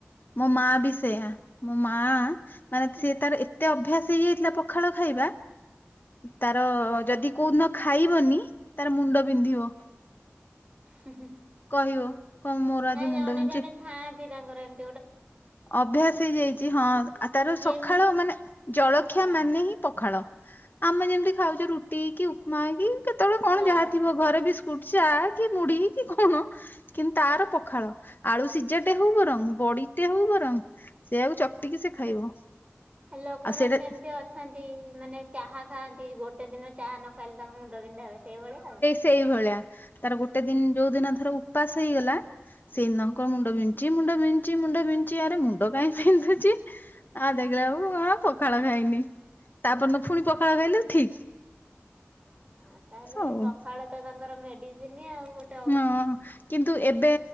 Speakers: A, on the left; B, on the right.
A: ମୋ ମା ବି ସେୟା ମୋ ମା ମାନେ ସିଏ ତାର ଏତେ ଅଭ୍ୟାସ ହେଇଯାଇଥିଲା ପଖାଳ ଖାଇବା। ତାର ଯଦି କୋଉଦିନ ଖାଇବନି ତାର ମୁଣ୍ଡ ବିନ୍ଧିବ।
B: ହୁଁ-ହୁଁ
A: କହିବ କଣ ମୋର ଆଜି
B: ନାଇଁ
A: ମୁଣ୍ଡ
B: ଜଣେ
A: ବିନ୍ଧୁଛି
B: ଜଣେ ଥାଆନ୍ତି ତାଙ୍କର ଏମି
A: ଅଭ୍ୟାସ ହେଇଯାଇଛି ହଁ ଆ ତାର
B: ଯେମିତି
A: ସକାଳ ମାନେ ଜଳଖିଆ
B: ହଁ
A: ମାନେ ହିଁ ପଖାଳ ଆମେ ଯେମିତି ଖାଉଛେ ରୁଟି କି ଉପମା କି କେତେବେଳେ କଣ
B: ହଁ
A: ଯାହା ଥିବ ଘରେ ବିସ୍ ସ୍କୁଟ ଚା କି ମୁଢି କି କଣ। କିନ୍ତୁ ତାର ପଖାଳ ଆଳୁ ସିଝାଟେ ହଉ ବରଂ ବଡି ଟେ ହେଉ ବରଂ ସେଆକୁ ଚକଟିକି ସେ ଖାଇବ।
B: ଆ ଲୋକମାନେ
A: ଆଉ ସେଇଟା
B: ଯେମିତି ଅଛନ୍ତି ମାନେ ଚାହା ଖାଆନ୍ତି ଗୋଟେ ଦିନ ଚାହା ନ କହିଲି ତାଙ୍କ ମୁଣ୍ଡ ବିିନ୍ଧା ହୁଏ ସେଇଭଳିଆ ଆଉ।
A: ସେଇଭଳିଆ ତାର ଗୋଟେ ଦିନ୍ ଯୋଉ ଦିନ ଧର ଉପାସ୍ ହେଇଗଲା। ସେଇଦିନ ମୁଣ୍ଡ ବିନ୍ଦୁଚି ମୁଣ୍ଡ ବିନ୍ଦୁଚି ମୁଣ୍ଡ ବିନ୍ଦୁଚି ଆରେ ମୁଣ୍ଡ କାଇଁ ପିନ୍ଧୁଚି। ଆଁ ଦେଖିଲା କଣ ପଖାଳ ଖାଇନି ତାପଅନ ପୁଣି ପଖାଳ ଖାଇଲେ ଠିକ୍।
B: ହଁ ତାହେଲେ
A: ଆଉ
B: ପଖାଳ ତ ତାଙ୍କର ମେଡିସିନି ଆଉ ଗୋ
A: ହଁ କିନ୍ତୁ ଏବେ